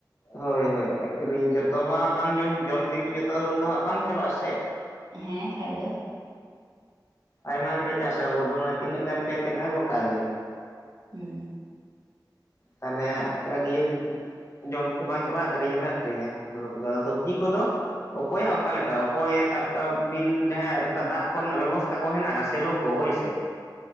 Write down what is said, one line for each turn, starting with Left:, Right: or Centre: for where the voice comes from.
Left: ᱦᱚᱭ ᱦᱚᱭ ᱟᱠᱷᱨᱤᱧ ᱡᱚᱛᱚ ᱢᱟ ᱵᱟᱝ ᱡᱚᱢ, ᱡᱚᱢ ᱛᱮᱜᱮ ᱡᱚᱛᱚ ᱦᱩᱲᱩ ᱫᱚ ᱦᱟᱸᱜ ᱵᱟᱝ ᱪᱟᱵᱟᱜ ᱟᱥᱮ ᱾ <inaudible>
Right: ᱦᱮᱸ ᱠᱷᱟᱡ ᱫᱚ
Left: ᱟᱭᱢᱟ ᱜᱮᱞᱮ ᱪᱟᱥᱟ ᱦᱳᱲᱳ ᱫᱚ ᱢᱟᱱᱮ ᱛᱤᱱᱟᱹᱜ ᱜᱟᱱ ᱠᱷᱮᱛ ᱦᱮᱱᱟᱜ-ᱟ ᱜᱚᱴᱟ ᱜᱮ
Right: ᱦᱩ
Left: ᱛᱟᱦᱞᱮ ᱦᱟᱸᱜ ᱤᱭᱟᱹ ᱡᱚᱢ ᱛᱮ ᱵᱟᱝ ᱪᱟᱵᱟᱜ-ᱟ᱾ ᱟᱠᱷᱨᱤᱧ ᱦᱚᱸᱞᱮ ᱟᱠᱷᱨᱤᱧᱟ <unintelligible> ᱥᱚᱵᱽᱡᱤ ᱠᱚᱫᱚ? ᱚᱠᱚᱭᱟᱜ ᱚᱠᱟᱞᱮᱠᱟ ᱚᱠᱚᱭ ᱥᱟᱵ ᱠᱟᱜ ᱵᱤᱱ ᱡᱟᱦᱟᱸᱭᱟᱜ ᱚᱱᱠᱟ ᱫᱟᱜ ᱠᱚᱨᱮᱱᱟᱜ ᱵᱮᱵᱚᱥᱛᱟ ᱠᱚ ᱦᱮᱱᱟᱜᱼᱟ ᱥᱮᱞᱚ ᱠᱚ ᱦᱳᱭ ᱥᱮ,